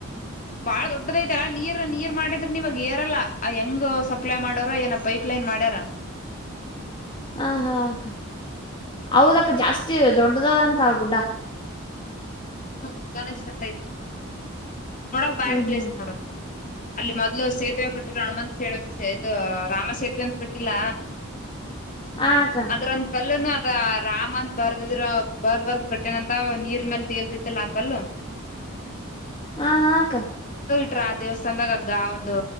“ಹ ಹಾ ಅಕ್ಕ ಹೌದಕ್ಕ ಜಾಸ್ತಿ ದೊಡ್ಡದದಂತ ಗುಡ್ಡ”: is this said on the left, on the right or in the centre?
Left